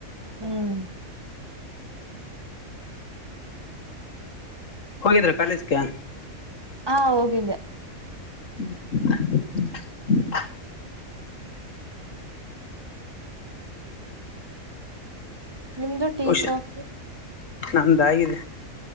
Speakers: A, on the right; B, on the left.
A: ಹ್ಮ್. <inaudible>
B: ಹೋಗಿದ್ರ ಕಾಲೇಜ್ಗೆ? <inaudible>
A: ಹಾ ಹೋಗಿದ್ದೆ. <inaudible>
B: <unintelligible> <inaudible>
A: ನಿಮ್ದು ಟೀ
B: ಹುಷ
A: ಕಾಫಿ. <inaudible>
B: ನಮ್ದು ಆಗಿದೆ. <inaudible>